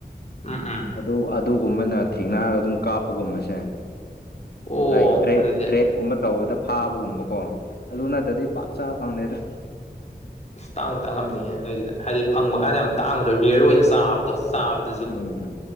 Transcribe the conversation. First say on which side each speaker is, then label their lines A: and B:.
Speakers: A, on the left (about 40°); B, on the left (about 75°).
A: ꯎꯝ ꯎꯝ
B: ꯑꯗꯨ ꯑꯗꯨꯒꯨꯝꯕꯅ ꯊꯦꯡꯅꯔꯒ ꯑꯗꯨꯝ ꯀꯥꯞꯄꯒꯨꯝꯕꯁꯦ
A: ꯑꯣ
B: ꯂꯥꯏꯐ ꯇ
A: ꯑꯗꯨꯗꯤ
B: ꯇ꯭ꯔꯦꯞꯀꯨꯝꯕ ꯇꯧꯗ ꯐꯥꯕꯒꯨꯝꯕꯀꯣ ꯑꯗꯨ ꯅꯠꯇ꯭ꯔꯗꯤ ꯄꯥꯛ ꯆꯥ ꯐꯪꯗꯦꯗ
A: ꯇꯥꯡꯕ ꯇꯥꯡꯉꯝꯅꯤꯉ ꯅꯣꯏꯁꯤꯗ ꯍꯥꯏꯗꯤ ꯐꯪꯕ ꯀꯥꯟꯗ ꯌꯥꯝ ꯇꯥꯡꯕꯗꯣ ꯔꯦꯌꯔ ꯑꯣꯏꯅ ꯆꯥꯕꯗꯣ ꯆꯥꯕꯗ
B: ꯎꯝ